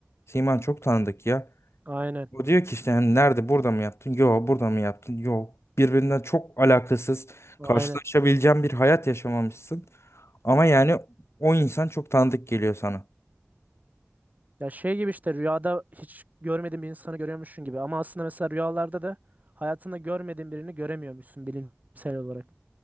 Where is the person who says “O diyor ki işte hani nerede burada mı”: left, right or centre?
Left